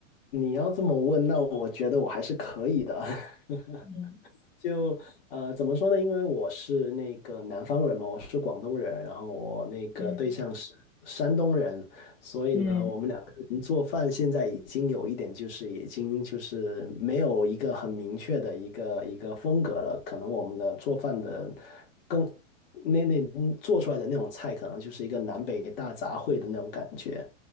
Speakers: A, on the left; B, in the centre.
A: 你要这么问，那我觉得我还是可以的。<laughs>
B: 嗯
A: 就呃，怎么说呢？因为我是那个南方人嘛，我是广东人，然后我那个对象是山东人，
B: 嗯
A: 所以呢，
B: 嗯。
A: 我们两个人做饭现在已经有一点就是已经就是没有一个很明确的一个一个风格了，可能我们的做饭的更那那做出来的那种菜，可能就是一个南北大杂烩的那种感觉。